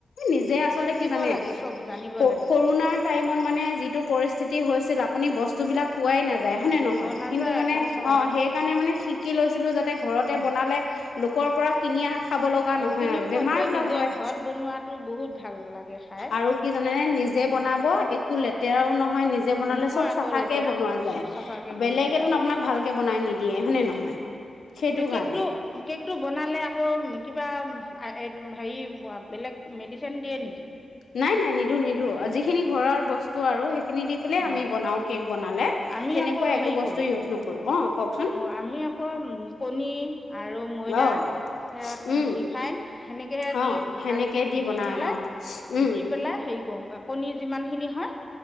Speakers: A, on the left (about 80°); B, on the left (about 20°).
A: নিজে আচলতে
B: শিকিব
A: কি জানে?
B: লাগে চব জানিব
A: ক
B: লাগে
A: কৰোণাৰ টাইমত মানে যিটো পৰিস্থিতি হৈছিল। আপুনি বস্তুবিলাক পোৱাই নাযায় হয়নে নহয়?
B: অ নাযায়
A: কিন্তু মানে
B: আকৌ
A: অ,
B: হয়
A: সেইকাৰণে মানে শিকি লৈছিলো। যাত তে ঘৰতে
B: অ
A: বনালে, লোকৰ পৰা কিনি আহা খাব লগা
B: অ
A: নহয়
B: কিনি
A: আৰু
B: খোৱাতকৈ
A: বেমাৰ বিলাক
B: নিজে
A: হয়।
B: ঘৰত বনোৱাটো বহুত ভাল লাগে খাই
A: আৰু কি জনে নিজে বনাব, একো লেতেৰাও নহয় নিজে জে বনালে
B: নহয়
A: চব
B: আকৌ
A: চাফাকে
B: লেতেৰা
A: বনোৱা যায়।
B: চব চাফাকে বনোৱা
A: বেলেগেতো
B: যায়
A: আপোনাক ভালকে বনাই নিদিয়ে হয়নে নহয়?
B: অ
A: সেইটো
B: এনে কেকটো
A: কাৰণে
B: কেকটো বনালে আকৌ কিবা আ হেৰি বেলেগ মেডিচিন দিয়ে নেকি?
A: নাই নাই নিদো নিদো। যিখিনি ঘৰৰ বস্তু আৰু সে ই খিনি দি পেলাই
B: অ
A: আমি বনাও কেক বনালে,
B: আমি
A: তেনেকুৱা
B: আকৌ
A: একো
B: হেৰি
A: বস্তু
B: কৰোঁ
A: ইউজ নকৰো। অ কওকচোন?
B: অ আমি আকৌ কণী আৰু ময়দা,
A: অ
B: সেয়ত
A: উম
B: ৰিফাইন, সেনেকে দিওঁ
A: অ সেনেকে
B: ভালকে ঘুটি
A: দি বনাই
B: পেলাই,
A: অ উম
B: ঘুটি পেলাই হেৰি ক‌ওং বা কণী যিমান খিনি হয়,